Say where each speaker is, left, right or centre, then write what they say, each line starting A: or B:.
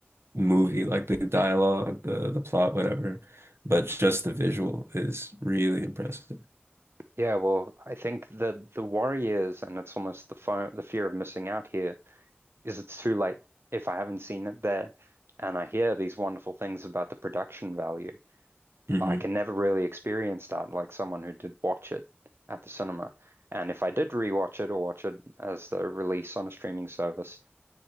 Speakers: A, on the right; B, on the right.
A: movie, like the dialogue, the the plot, whatever. But just the visual is really impressive.
B: Yeah, well, I think the the worry is, and it's almost the fo the fear of missing out here, is it's too late if I haven't seen it there, and I hear these wonderful things about the production value.
A: hmm
B: I can never really experience that like someone who did watch it at the cinema. And if I did rewatch it or watch it as the release on a streaming service,